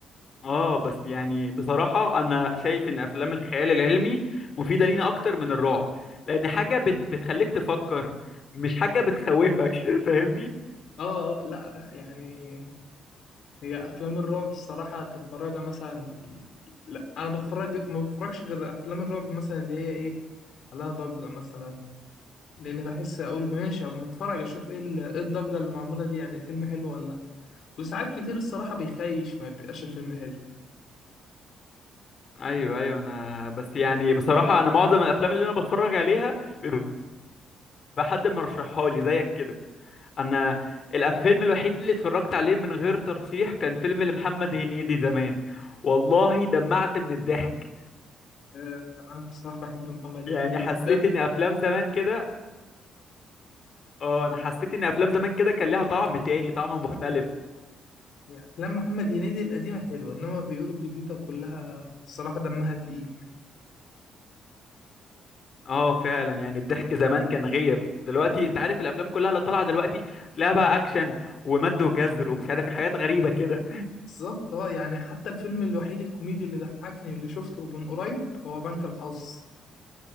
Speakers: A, on the left; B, on the left.
A: اه بس يعني بصراحة انا شايف ان افلام الخيال العلمي مفيدة لينا اكتر من الرعب لان حاجة بت... بتخليك تفكر مش حاجة بتخوفك <laughs> فاهمني
B: اه اه لا لا يعني هي افلام الرعب الصراحه تتفرجها مثلا لا انا بتفرج ما بتفرجش غير افلام الرعب مثلا اللي هي ايه عليها ضجه مثلا لان بحس اقول ماشي اما اتفرج اشوف ايه ال- إيه الضجه اللي معموله دي يعني الفيلم حلو ولا لا وساعات كتير الصراحه بيخيش ما بيبقاش الفيلم حلو
A: ايوه ايوه انا بس يعني بصراحة انا معظم الافلام اللي انا بتفرج عليها بيبقى حد مرشحها لي زيك كده انا الفيلم الوحيد اللي اتفرجت عليه من غير ترشيح كان فيلم لمحمد هنيدي زمان والله دمعت من الضحك
B: آه، انا الصراحه بحب محمد هنيدي
A: يعني حسيت
B: جدا
A: ان افلام زمان كده اه انا حسيت ان افلام زمان كده كان لها طعم تاني طعم مختلف
B: يعني افلام محمد هنيدي القديمه حلوه انما بيقولوا الجديده كلها الصراحه دمها تقيل
A: اه فعلا يعني الضحك زمان كان غير دلوقتي انت عارف الافلام كلها اللي طالعه دلوقتي تلاقيها بقى اكشن ومد وجزر ومش عارف إيه، حاجات غريبه كده
B: بالظبط اه يعني حتى الفيلم الوحيد الكوميدي اللي ضحكني اللي شفته من قريب هو بنك الحظ